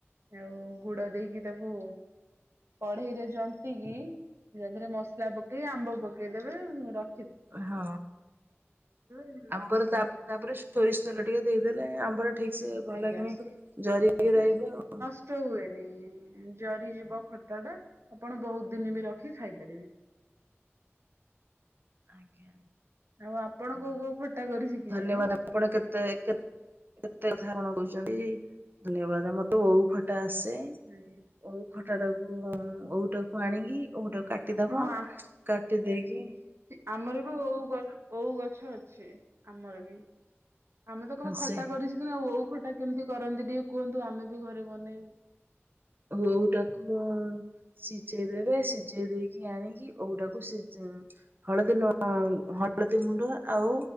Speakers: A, on the right (about 70°); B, on the right (about 45°).
A: ଆଉ ଗୁଡ ଦେଇକି ତାକୁ କଢେଇରେ ଜନ୍ତି କିି ତା ଦେହରେ ମସଲା ପକେଇ ଆମ୍ବ ପକେଇଦେବେ ର
B: ହଁ
A: ହେଲା।
B: ଆମ୍ବର ତା ତାପରେ ସୋରିଷ ତେଲ ଟିକେ ଦେଇଦେଲେ ଆମ୍ବର ଠିକ ସେ ଭଲ
A: ଆଜ୍ଞା
B: କି ନାଇ ଜରିକି ରହିବ ଆଉ।
A: କଷ୍ଟ ହୁଏନି ଜରିଯିବ ଖଟା ଟା ଆପଣ ବହୁତ ଦିନ ବି ରଖି ଖାଇପାରିବେ।
B: ଆଜ୍ଞା।
A: ଆଉ ଆପଣ
B: ଆଜ୍ଞା।
A: କୋଉ କୋଉ ଖଟା କରି ଶିଖିଛନ୍ତି।
B: ଧନ୍ୟବାଦ ଆପଣ କେତେ କେତେ କେତେ କତେ ଉଧାରଣ ଦଉଛନ୍ତି ଧନ୍ୟବାଦ ମତେ ଓଉ ଖଟା ଆସେ।
A: ହୁଁ।
B: ଓଉ ଖଟାକୁ ଅଉ ଓଉ ଟାକୁ ଆଣିକି ଓଉଟାକୁ କାଟିଦବ
A: ହଁ
B: କାଟି ଦେଇକି
A: ଆମରବି ଓଉ ଗ ଓଉ ଗଛ ଅଛି ଆମର ବି। ଆମେ ତ କଣ ଖଟା
B: ସେ
A: କରିସିକିନୁ ଆଉ ଆଉ ଖଟା କେମିତି କରନ୍ତି ଟିକେ କୁହନ୍ତୁ ଆମେ ବି ଘରେ ବନେଇବୁ।
B: ଓଉ ଟାକୁ ସିଝେଇ ଦେବେ ସିଝେଇ ଦେଇ କି ଆଣିକି ଓଉଟାକୁ ସିଜ୍ ଉଁ ହଳଦୀ ଲୁଣ ହଳଦୀ ମୁଣ୍ଡ ଆଉ।